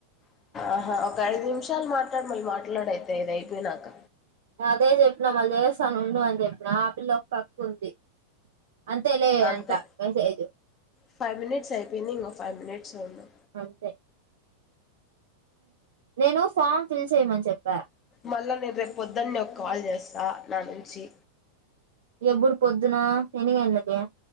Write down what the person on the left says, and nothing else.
ఆహా ఒక ఐదు నిమిషాలు మాట్లాడు మళ్ళీ మాట్లాడైతే ఇద అయిపోయినాక
అంతే
ఫైవ్ మినిట్స్ అయిపోయిందియి ఇంకో ఫైవ్ మినిట్స్ ఉన్నా
పల్లవినేను రేపు పొద్దుని ఒక కాల్ చేస్తాను నా నుంచి